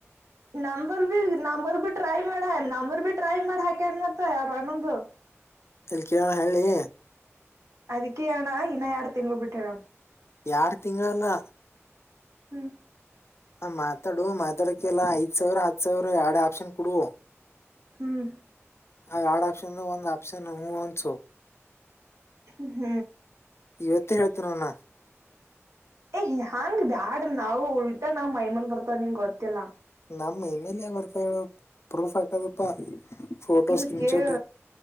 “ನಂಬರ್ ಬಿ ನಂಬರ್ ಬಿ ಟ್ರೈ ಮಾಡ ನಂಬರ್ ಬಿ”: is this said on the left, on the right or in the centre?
Right